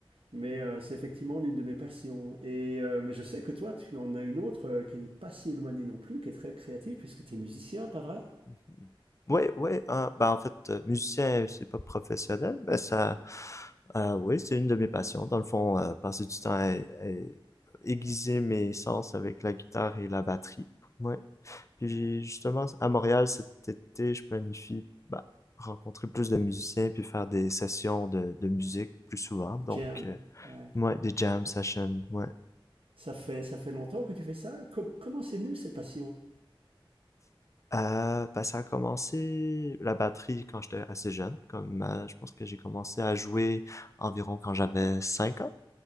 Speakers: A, on the right (about 80°); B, on the left (about 35°).
A: Mais euh, c'est effectivement l'une de mes passions. Et euh, mais je sais que toi, tu en as une autre euh, qui n'est pas si éloignée non plus, qui est très créative, puisque tu es musicien, pas vrai?
B: Mhm. Oui, oui. ah, ben, en fait, euh, musicien, c'est pas professionnel, mais ça, euh, oui, c'est une de mes passions. Dans le fond, euh, passer du temps à, à aiguiser mes sens avec la guitare et la batterie. Oui. Puis justement, à Montréal cet été, je planifie bah, rencontrer plus de musiciens puis faire des sessions de, de musique plus souvent. Donc,
A: Jam.
B: euh,
A: Ouais.
B: ouais, des jam sessions, ouais.
A: Ça fait, ça fait longtemps que tu fais ça? Co- comment c'est venu cette passion?
B: Euh, bah, ça a commencé la batterie quand j'étais assez jeune. Comme euh, je pense que j'ai commencé à jouer environ quand j'avais 5 ans